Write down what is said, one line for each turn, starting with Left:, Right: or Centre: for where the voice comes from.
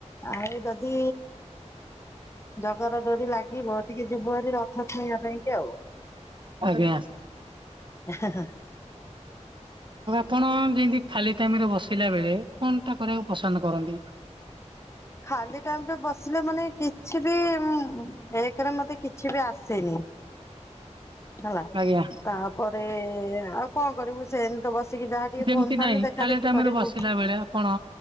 Left: ଆଉ ଯଦି ଜଗାର ଡୋରି ଲାଗିବ ଟିକେ ଯୁବୁଆ ରେ ରଥ ଛୁଇଁବା ପାଇଁ କି ଆଉ।
Right: ଆଜ୍ଞା।
Left: <unintelligible>
Right: ଆଉ ଆପଣ ଯେମିତି ଖାଲି ଟାଇମ ରେ ବସିଲା ବେଳେ କଣ ଟା କରିବାକୁ ପସନ୍ଦ କରନ୍ତି?
Left: ଖାଲି ଟାଇମ ରେ ବସିଲେ ମାନେ କିଛି ବି ଉଁ ଏ କରେ ମତେ କିଛି ବି ଆସେନି। ହେଲା
Right: ଆଜ୍ଞା
Left: ତାପରେ ଆଉ କଣ କରିବୁ ସେମିତି ତ ବସିକି ଯାହା ଟିକେ
Right: ଯେମିତି
Left: ଫୋନ ଫାନ
Right: ନାଇଁ
Left: ଦେଖା
Right: କାଲି
Left: ଦେଖି
Right: ଟାଇମରେ
Left: କରିବୁ।
Right: ବସିଲା ବେଳେ ଆପଣ